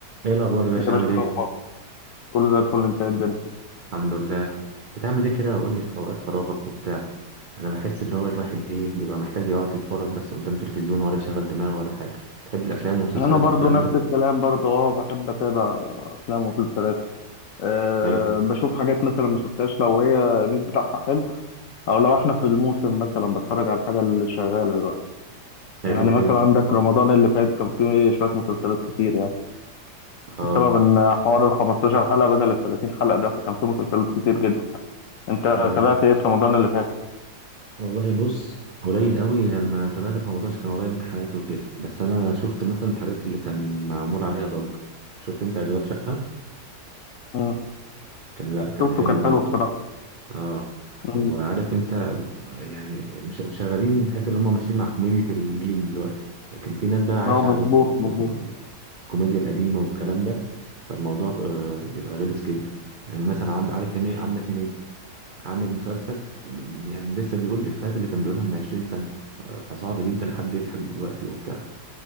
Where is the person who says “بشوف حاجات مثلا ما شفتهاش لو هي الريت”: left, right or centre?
Left